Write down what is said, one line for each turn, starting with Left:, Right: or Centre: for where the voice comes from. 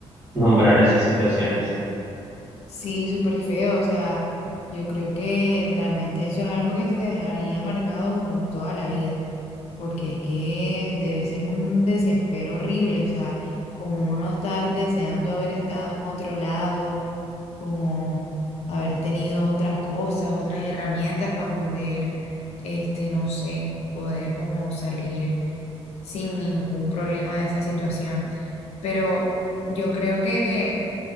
Right: nombrar esas situaciones.
Left: Sí, súper feo, o sea, yo creo que realmente eso es algo que te dejaría marcado como toda la vida, porque es que debe ser un desespero horrible, o sea, como uno estar deseando haber estado en otro lado, como haber tenido otras cosas, otras herramientas para poder, este, no sé, poder como salir sin ningún problema de esa situación, pero yo creo que